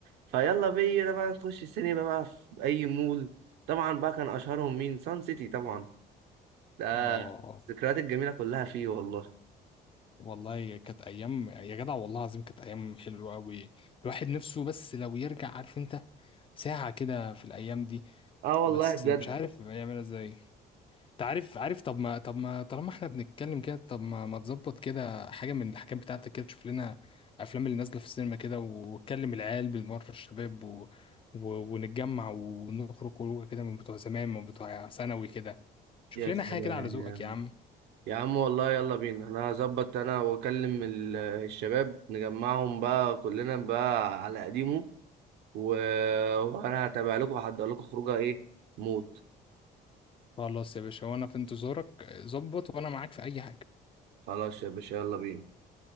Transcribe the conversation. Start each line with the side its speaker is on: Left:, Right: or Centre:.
Right: فيلا بينا بقى نخش السينما بقى في اي مول طبعا بقى كان اشهرهم مين سان سيتي طبعا ده
Left: اه
Right: الذكريات الجميله كلها فيه والله
Left: والله كانت ايام يا جدع والله العظيم كانت ايام حلوة قوي الواحد نفسه بس لو يرجع عارف انت ساعة كده في الايام دي
Right: اه والله
Left: بس
Right: بجد
Left: مش عارف يعملها ازاي انت عارف عارف طب ما طب ما طالما احنا بنتكلم كده طب ما ما تظبط كده حاجه من الحاجات بتاعتك كده تشوف لنا افلام اللي نازله في السينما كده وتكلم العيال بالمره الشباب و... و... ونتجمع ونخرج خروجه كده من بتوع زمان من بتوع ثانوي كده شوف
Right: يا
Left: لنا
Right: سلام
Left: حاجه كده على ذوقك يا عم
Right: يا عم والله يلا بينا انا هظبط انا واكلم ال- الشباب نجمعهم بقى كلنا بقى على قديمه و... وانا هتابع لكم وهحضر لكم خروجه ايه موت
Left: خلاص يا باشا وانا في انتظارك ظبط وانا معاك في اي حاجه
Right: خلاص يا باشا يلا بينا